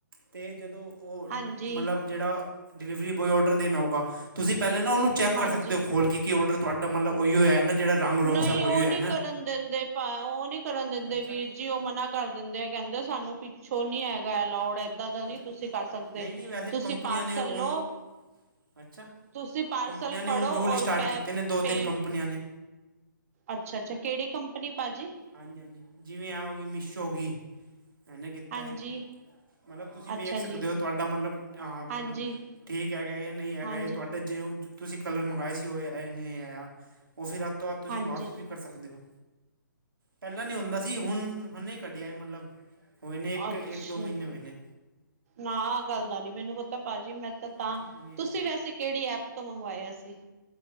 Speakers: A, on the right (about 85°); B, on the right (about 45°).
A: ਤੇ ਜਦੋਂ ਓ
B: ਹਾਂਜੀ
A: ਮਤਲਬ ਜੇੜਾ ਡਿਲੀਵਰੀ ਬੋਆਏ ਔਡਰ ਦੇਣ ਆਊਗਾ ਤੁਸੀਂ ਪੈਲੇ ਨਾ ਉਨੂੰ ਚੈੱਕ
B: ਹਾਂਜੀ
A: ਕਰ ਸਕਦੇ ਓ ਖੋਲ ਕੇ ਕੀ ਔਡਰ ਤੁਹਾਡਾ ਮਤਲਬ ਉਈਓ ਐ ਨਾ ਜਿਹੜਾ ਰੰਗ ਰੋਂਗ
B: ਨਈ
A: ਸਭ ਉਹੀ
B: ਓ
A: ਹੋਇਆ
B: ਨੀ
A: ਹੈ ਨਾ
B: ਕਰਨ ਦਿੰਦੇ ਪਾ ਓ ਨੀ ਕਰਨ ਦਿੰਦੇ
A: ਅੱਛਾ
B: ਵੀਰ ਜੀ ਓ ਮਨਾ ਕਰ ਦਿੰਦੇ ਆ ਕੈਂਦੇ ਸਾਨੂੰ ਪਿੱਛੋਂ ਨੀ ਹੈਗਾ ਅਲੋਡ ਏ ਦਾ-ਦਾ ਨੀ
A: ਅੱਛਾ
B: ਤੁਸੀਂ ਕਰ ਸਕਦੇ
A: ਨਹੀਂ ਨਹੀਂ ਵੈਸੇ
B: ਤੁਸੀਂ
A: ਕੰਪਨੀਆਂ
B: ਪਾਰਸਲ
A: ਨੇ ਉਹਨ
B: ਲੋ
A: ਅੱਛਾ
B: ਤੁਸੀਂ ਪਾਰਸਲ
A: ਕੰਪਨੀਆਂ ਨੇ
B: ਫੜੋ
A: ਹੁਣ ਰੂਲ
B: ਔਰ
A: ਸਟਾਰਟ
B: ਪੈ,
A: ਕੀਤੇ
B: ਪੇ
A: ਨੇ ਦੋ ਤਿੰਨ ਕੰਪਨੀਆਂ ਨੇ
B: ਅੱਛਾ-ਅੱਛਾ ਕੇੜੀ ਕੰਪਨੀ ਭਾਅਜੀ?
A: ਹਾਂਜੀ-ਹਾਂਜੀ ਜਿਵੇਂ ਐਂ ਹੋਗੀ ਮੀਸੋ ਹੋਗੀ, ਇਨੇ ਕੀਤਾ
B: ਹਾਂਜੀ,
A: ਏ। ਮਤਲਬ ਤੁਸੀਂ
B: ਅੱਛਾ
A: ਵੇਖ ਸਕਦੇ
B: ਜੀ,
A: ਓ ਤੁਹਾਡਾ ਮਤਲਬ ਆ ਮਤਲ
B: ਹਾਂਜੀ,
A: ਠੀਕ ਹੈਗਾ ਜਾਂ ਨਈ ਹੈਗਾ
B: ਹਾਂਜੀ,
A: ਏ ਤੁਹਾਡਾ ਜੇ ਓ ਜ ਤੁਸੀਂ ਕਲਰ ਮੰਗਾਏ ਸੀ ਓ ਆਏ ਨੀ ਆਇਆ, ਓ ਫਿਰ ਆਤੋ ਆਤ ਤੁਸੀਂ
B: ਹਾਂਜੀ।
A: ਵਾਪਸ ਵੀ ਕਰ ਸਕਦੇ ਓ। ਪੈਲਾਂ ਨੀ ਹੁੰਦਾ ਸੀ ਹੁਣ ਹੁਨੇ ਈ ਕੱਢਿਆ ਐ ਮਲਬ ਹੋਏ ਨੇ ਇੱਕ,
B: ਅੱਛਾ,
A: ਇੱਕ-ਦੋ ਮ੍ਹੀਨੇ ਹੋਏ ਨੇ।
B: ਨਾ ਆ ਗੱਲ ਦਾ ਨੀ ਮੈਨੂੰ ਪਤਾ ਭਾਅਜੀ ਮੈਂ ਤਾਂ, ਤਾਂ
A: ਅੱਛਾ, ਨਹੀਂ
B: ਤੁਸੀਂ
A: ਨਹੀਂ
B: ਵੈਸੇ ਕੇੜੀ ਐਪ ਤੋਂ ਮੰਗਵਾਇਆ ਸੀ?